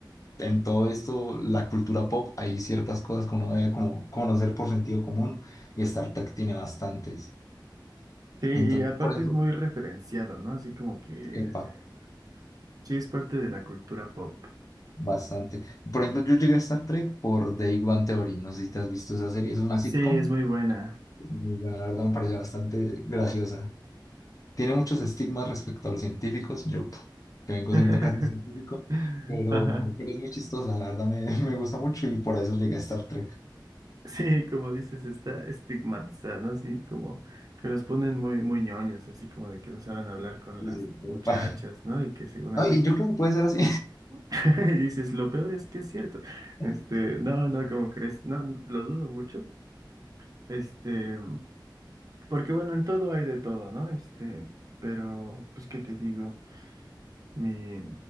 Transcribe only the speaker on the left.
en todo esto, la cultura pop, hay ciertas cosas que uno debe como conocer por sentido común y Star Trek tiene bastantes.
Entonces,
por
ejemplo,
Bastante. Por ejemplo, yo llegué a Star Trek por The Big Bang Theory. No sé si te has visto esa serie. Es una
sitcom.
Muy buena, la verdad me pareció bastante graciosa. Tiene muchos estigmas respecto a los científicos. Yo, pf, que vengo
siendo casi un científico, pero,
pero es muy chistosa. La verdad me, <laughs> me gusta mucho y por eso llegué a Star Trek.
Y,
sí,
epa.
No, y yo creo que puede ser así.
<laughs>